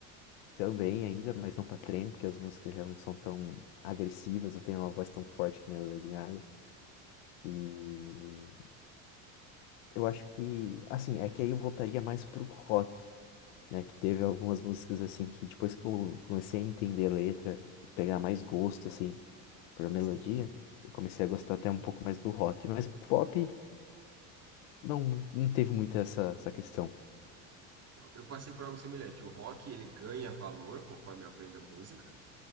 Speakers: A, on the left; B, on the right.
A: também ainda, mas não pra treino, porque as músicas já não são tão agressivas, não tem uma voz tão forte que nem a da Lady Gaga. E eu acho que, assim, é que aí eu voltaria mais pro rock, né? Que teve algumas músicas, assim, que depois que eu comecei a entender a letra, pegar mais gosto, assim, por melodia,
B: Sim,
A: eu comecei a gostar até um pouco mais do rock. Mas pop não, não teve muito essa, essa questão.
B: eu passei por algo semelhante. O rock, ele ganha valor conforme eu aprendo a música,